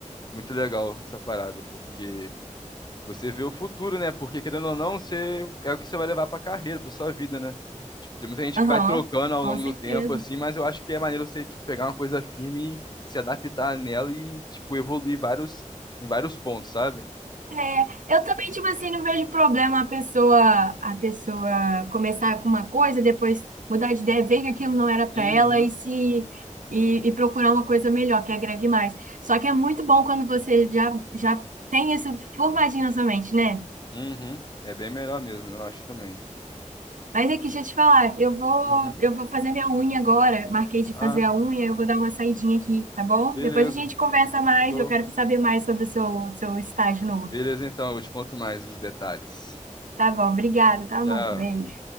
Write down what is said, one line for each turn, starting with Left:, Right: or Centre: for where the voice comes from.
Left: muito legal essa parada, porque você vê o futuro, né? Porque querendo ou não, você é o que você vai levar pra carreira, pra sua vida, né? Tipo, tem muita gente
Right: Aham,
Left: que vai trocando ao
Right: com
Left: longo
Right: certeza.
Left: do tempo, assim, mas eu acho que é maneiro você, tipo, pegar uma coisa firme e se adaptar nela e, tipo, evoluir vários, em vários pontos, sabe?
Right: É, eu também, tipo assim, não vejo problema a pessoa, a pessoa começar com uma coisa, depois mudar de ideia, ver que aquilo não era para
Left: Uhum,
Right: ela e se e, e procurar uma coisa melhor, que agregue mais. Só que é muito bom quando você já, já tem isso formadinho na sua mente, né?
Left: uhum. É bem melhor mesmo, eu acho também.
Right: Mas é que deixa eu te falar, eu vou,
Left: Uhum.
Right: eu vou fazer minha unha agora. Marquei de
Left: Ah,
Right: fazer a unha, eu vou dar uma saidinha aqui, tá bom?
Left: beleza.
Right: Depois a gente conversa mais,
Left: Show.
Right: eu quero saber mais sobre o seu, seu estágio novo.
Left: Beleza, então, eu te conto mais os detalhes.
Right: Tá bom, obrigada, tá, amor?
Left: Tchau.
Right: Beijo.